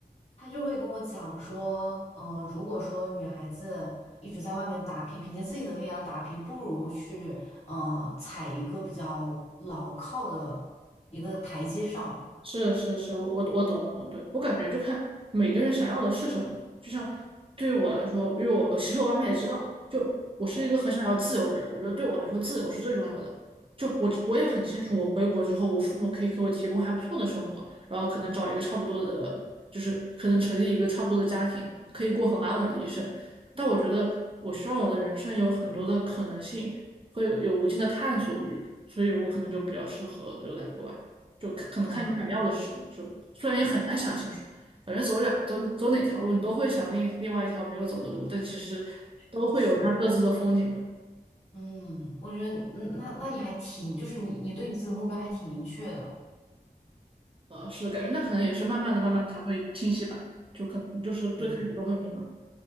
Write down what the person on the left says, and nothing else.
她就会跟我讲说，嗯、如果说女孩子一直在外面打拼，凭借自己的力量打拼，不如去，呃，踩一个比较牢靠的一个台阶上。
哇，
确实，嗯，我觉得，嗯，那那你还挺，就是你你对你自己的目标还挺明确的，
嗯，